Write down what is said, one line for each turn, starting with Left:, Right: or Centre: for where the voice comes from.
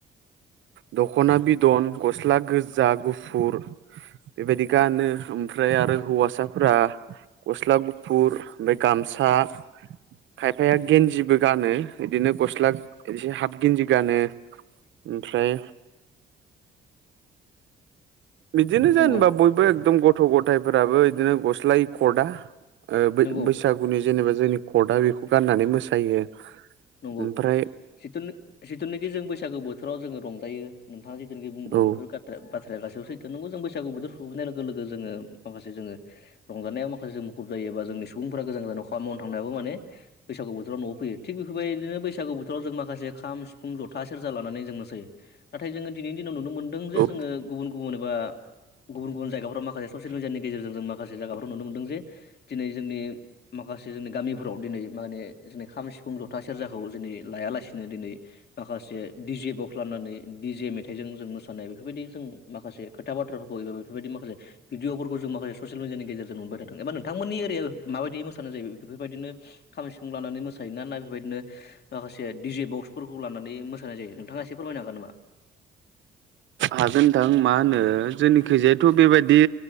Right: दखना बिदन, गस्ला गोजा, गुफुर बेबादि गानो ओमफ्राय आरो हौवासाफोरा गस्ला गुफुर ओमफ्राय गामसा खायफाया गेन्जिबो गानो बिदिनो गस्ला एसे हाफ गेन्जि गानो ओमफ्राय बिदिनो जेनबा
Left: नंगौ
Right: बयबो एकदम गथ' गथायफोराबो बिदिनो गस्लाय ओय खदा ओ बो
Left: नंगौ
Right: बैसागुनि जेनेबा जोंनि कर्टआ बेखौ गाननानै मोसायो।
Left: नंगौ
Right: ओमफ्राय
Left: सिथुनि सिथुनोखि जों बैसागो बोथोराव जोङो रंजायो। नोंथाङा जिथुनिखि बुंदों
Right: औ
Left: बेफोर गाथ्रा बाथ्राया गासैबो सैथो नोंगौ जों बैसागु बथोर सहैनाय लोगो लोगो जोङो माखासे जोङो रंजानायाव माखासे जों मु खुब जायो एबा जोंनि सुबुंफोरा गोजान जानायाव खामानि मावनो थांनायाबो माने बैसागु बोथोराव न'आव फैयो थिग बे बेबायदिनो बैसागु बोथोराव जों माखासे खाम, सि फुं, जथा, सेरजा लानानै जों मोसायो नाथाय जोङो दिनैनि दिनाव नुनो मोनदों जे
Right: औ
Left: जोङो गुबुन गुबुन एबा गुबुन गुबुन जायगाफोराव माखासे ससियेल मिडियानि गेजेरजों जों माखासे जायगाफ्राव नुनो मोनदों जे दिनै जोंनि माखासे जोंनि गामिफोराव दिनै माने जोंनि खामा, सि फुं, जथा, सेरजाखौ दिनै लायालासिनो दिनै माखासे डि जे बक्स लानानै डि जे मेथाइजों जों मोसानाय बेफोरबायदि जों माखासे खोथा बाथ्राफोरखौ एबा बेफोरबायदि माखासे भिडिअफोरखौ जों माखासे ससियेल मिडियानि गेजेरजों नुबोबाय थादों एबा नोंथांमोननि एरियायाव माबायदि मोसानाय जायो बेफोरबायदिनो खामि, सिफुं लानानै मोसायोना ना बेबायदिनो माखासे दिडिजे बक्सफोरखौ लानानै मोसानाय जायो नोंथाङा एसे फोरमायनो हागोन नामा?
Right: हागोन नोंथां मा होनो जोंनिखैजायाथ' बेबायदि